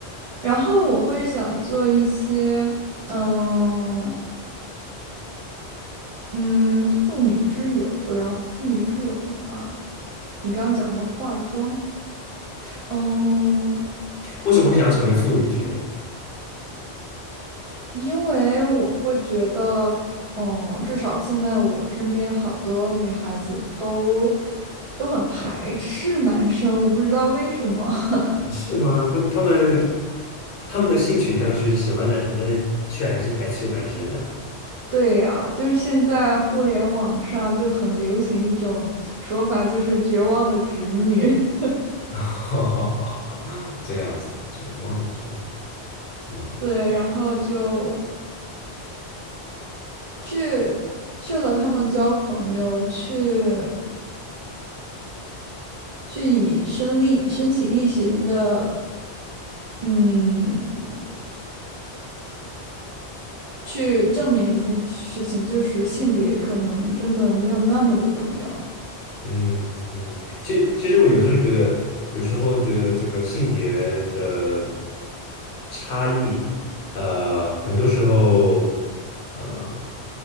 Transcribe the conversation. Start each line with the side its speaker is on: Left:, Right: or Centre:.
Right: 然后我会想做一些，嗯嗯，妇女之友。然后妇女之友的话，你刚刚讲到化妆，嗯，
Left: 为什么会想要成为妇女之友？
Right: 因为我会觉得，嗯，至少现在我身边好多女孩子都都很排斥男生，我不知道为什么。<laughs>
Left: 是吗？他们他们他们的性取向是喜欢男生，但是却还是排斥男生的，
Right: 对呀，就是现在互联网上就很流行一种说法，就是绝望的直女。<laughs>
Left: <laughs> 这样子，就忘了，就嗯。
Right: 对，然后就去去和他们交朋友，去去以身力身体力行的，嗯，去证明一件事情，就是性别可能真的没有那么的重要。
Left: 嗯嗯嗯，其实其实我有时候觉得，有时候觉得这个性别的差异，呃，很多时候，呃，